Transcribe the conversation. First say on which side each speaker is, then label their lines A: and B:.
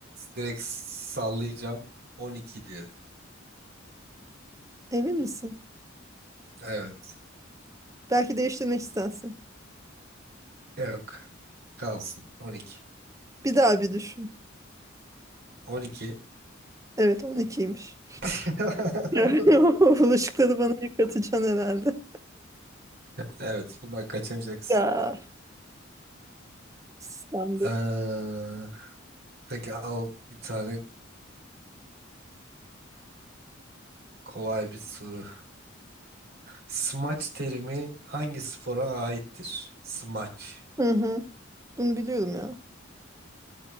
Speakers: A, on the right (about 55°); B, on the right (about 15°).
A: direkt sallayacağım. 12 diyorum.
B: Emin misin?
A: Evet.
B: Belki değiştirmek istersin.
A: Yok. Kalsın. 12.
B: Bir daha bir düşün.
A: 12.
B: Evet 12'ymiş.
A: <laughs>
B: Yani <laughs> o bulaşıkları bana yıkatacaksın herhalde.
A: Evet, bundan kaçamayacaksın.
B: Ya sen de.
A: Ee, peki al bir tane kolay bir soru. Smaç terimi hangi spora aittir? Smaç.
B: Hı hı. Bunu biliyorum ya.